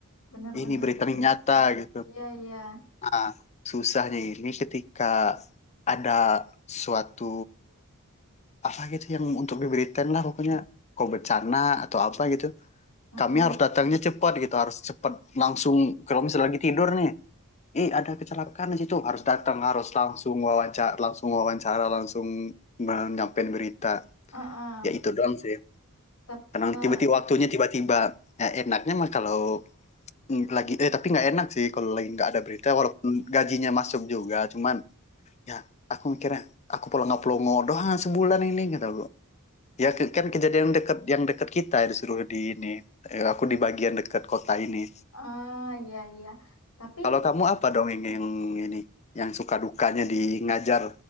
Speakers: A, on the left; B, on the left.
A: Benar
B: Ini
A: benar
B: berita
A: benar.
B: ini nyata gitu.
A: Iya iya.
B: Nah, susahnya ini ketika ada suatu apa gitu yang untuk diberitain lah pokoknya kok bencana atau apa gitu
A: Mm-mm.
B: kami harus datangnya cepat gitu harus cepat langsung kalau misalnya lagi tidur nih ih ada kecelakaan di situ harus datang harus langsung wawancara langsung wawancara langsung menyampaikan berita
A: Uh-uh.
B: ya itu doang sih
A: Tap-
B: karena
A: eh,
B: tiba-tiba waktunya tiba-tiba ya enaknya mah kalau mm, lagi eh tapi nggak enak sih kalau lagi nggak ada berita walaupun gajinya masuk juga cuman ya aku mikirnya aku pelongo-pelongo doang sebulan ini gitu gua. ya ke- kan kejadian dekat yang dekat kita ya disuruh di ini Eh, aku di bagian dekat kota ini
A: ah, iya iya. Tapi
B: Kalau kamu apa dong yang, yang ini, yang suka dukanya di ngajar